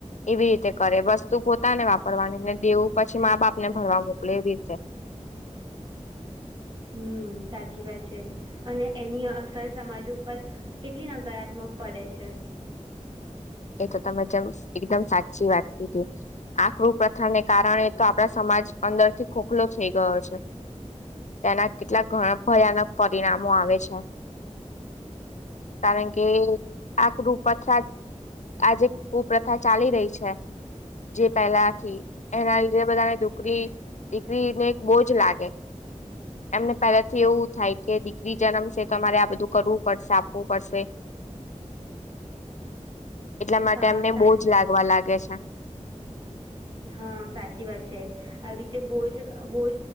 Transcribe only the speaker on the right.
હમ, સાચી વાત છે, અને એની અસર સમાજ ઉપર કેટલી નકારાત્મક પડે છે.
હા
સા
હા સાચી વાત છે આવીતે બોજ બોજ